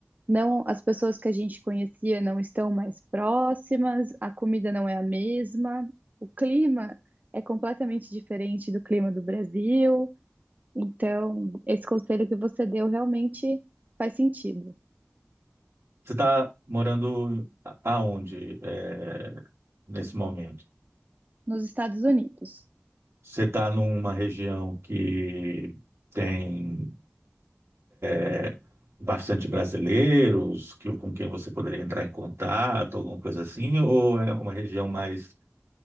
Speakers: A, on the right; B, on the right.
A: Não, as pessoas que a gente conhecia não estão mais próximas, a comida não é a mesma, o clima é completamente diferente do clima do Brasil. Então, esse conselho que você deu realmente faz sentido.
B: Você está morando a- aonde, é, nesse momento?
A: Nos Estados Unidos,
B: Você está numa região que tem É, bastante brasileiros que, com quem você poderia entrar em contato, alguma coisa assim, ou é uma região mais